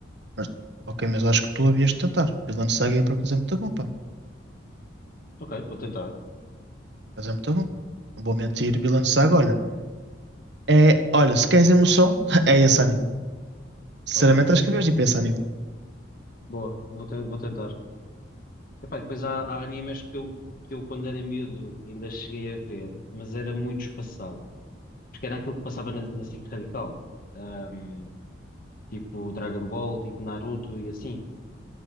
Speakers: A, on the right (about 60°); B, on the left (about 45°).
A: mas- ok, mas acho que tu havias de tentar. Vinland Saga é por acaso é muito bom, pá.
B: Ok, vou tentar.
A: Mas é muito bom. Não vou mentir, Vinland Saga, olha. É, olha, se queres emoção, <laughs> é esse anime. Sinceramente,
B: Ok,
A: acho que vejo tipo esse anime.
B: boa, vou, te- vou tentar. Epá, e depois há, há animes que eu, que eu quando era miúdo ainda cheguei a ver, mas era muito espaçado, porque era aquilo que passava na, na SIC Radical, Ahm, tipo Dragon Ball, tipo Naruto e assim.